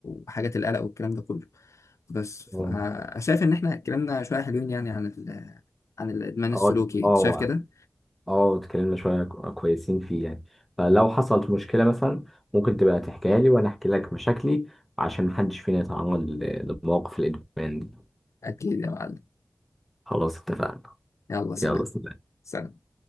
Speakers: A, on the left; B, in the centre.
A: وحاجات القلق والكلام ده كله بس ف-
B: اه
A: شايف ان احنا اتكلمنا شويه حلوين يعني عن ال... عن الادمان
B: اه
A: السلوكي
B: اه
A: انت شايف كده
B: اه اتكلمنا شوية ك- كويسين فيه يعني فلو حصلت مشكلة مثلا ممكن تبقى تحكيها لي وانا احكي لك مشاكلي عشان محدش فينا يتعرض ل- لمواقف الادمان دي.
A: اكيد يا معلم
B: خلاص اتفقنا
A: يلا سلام
B: يلا سلام
A: سلام